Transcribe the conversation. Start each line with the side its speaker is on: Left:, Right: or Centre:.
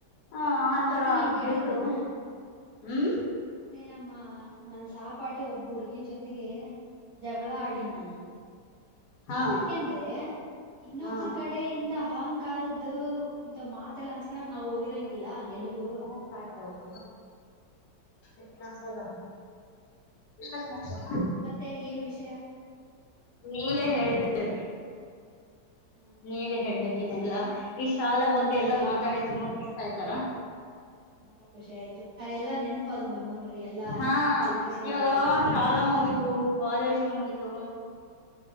Left: ಹ
Right: ನಾನ್
Left: ಆತರ
Right: ಮೊನ್ನೆ ನಿಂಗ
Left: ಆಗ್ಬಿಟ್ಟು
Right: ಹೇಳಿದ್ನೇನ್
Left: ಹ್ಮ್
Right: ಮೊನ್ನೆ ನಮ್ಮ ನನ್ನ ಸಹಪಾಟಿ ಒಬ್ಬ ಹುಡ್ಗಿ ಜೊತೆಗೆ ಜಗಳ ಆಡಿನ್ ನಾನು
Left: ಹಾ
Right: ಯಾಕೆಂದ್ರೆ ಇನ್ನೊಬ್ರು
Left: ಹಾ
Right: ಕಡೆಯಿಂದ ಅಹಂಕಾರದ್ದು ಇಂತವ ಮಾತ್ ಮತ್ತೆಲ್ಲ ಹಂಚ್ಕಣಕ್ ನಾವ್ ಹೋಗಿರಂಗಿಲ್ಲ ಎಲ್ಗೂ
Left: ಕನೆಕ್ಟ್ ಆಯ್ತು ಹೋಗ ಎ ನಾಕ್ ಸಾವರಿ
Right: ಅದಕ್ಕೋಸ್ಕರ
Left: ದಾವ
Right: ಮತ್ತೆ ಏನ್
Left: <unintelligible>
Right: ವಿಷಯ
Left: ನೀವೇ ಹೇಳ್ಬೇಕ್ರಿ.
Right: ಹ್ಮ
Left: ನೀವೇ ಹೇಳ್ಬೇಕ ಇನ್ನೆಲ್ಲಾ ಈ ಶಾಲಾ ಬಗ್ಗೆ ಎಲ್ಲಾ ಮಾತಾಡಿ ತುಂಬಾ ಖುಷಿ ಆಯ್ತಲಾ.
Right: ಬಾಳ ಖುಷಿ ಆಯ್ತು ಆ ಎಲ್ಲಾ ನೆನಪು ಅದು ಮೆಮೋರಿ ಎಲ್ಲಾ
Left: ಹಾ
Right: ವಿಷಯಗಳೆಲ್ಲ.
Left: ಇವಾಗ ಶಾಲಾ ಮುಗಿತು ಕಾಲೇಜು ಮುಗಿತು